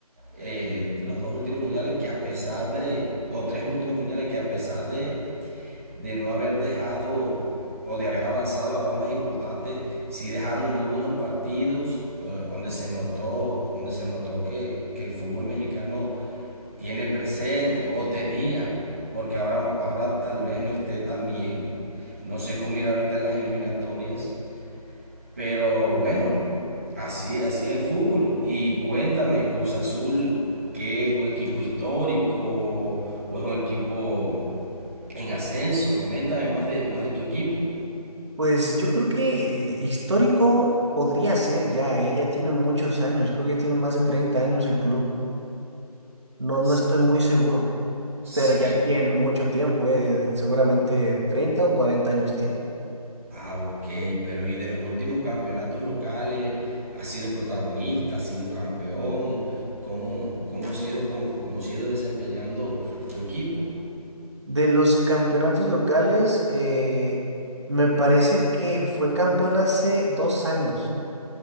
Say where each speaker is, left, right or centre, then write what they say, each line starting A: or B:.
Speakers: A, on the right; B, on the right.
A: eh, los dos últimos mundiales que a pesar de, o tres últimos mundiales que a pesar de de no haber dejado o de haber avanzado a rondas importantes, sí dejaron muy buenos partidos eh, donde se notó, donde se notó que, que el fútbol mexicano tiene presente o tenía, porque ahora, ahora tal vez no esté tan bien. No sé cómo irá ahorita en las eliminatorias, pero bueno, así, así es el fútbol. Y cuéntame, Cruz Azul, ¿qué es un equipo histórico o es un equipo en ascenso, coméntame más de, más de tu equipo.
B: Pues yo creo que eh, histórico podría ser ya, ¿eh? Ya tiene muchos años, creo que ya tiene más de 30 años el club. No, no
A: S-
B: estoy muy seguro,
A: Sí.
B: pero ya tiene mucho tiempo, ¿eh? Seguramente 30 o 40 años tiene.
A: Ah, ok, pero ¿y de los últimos campeonatos locales? ¿Ha sido protagonista? ¿Ha sido campeón? ¿Cómo, cómo se ha ido, con- cómo se ha ido desempeñando tu equipo?
B: De los campeonatos locales, eh, me parece que fue campeón hace dos años,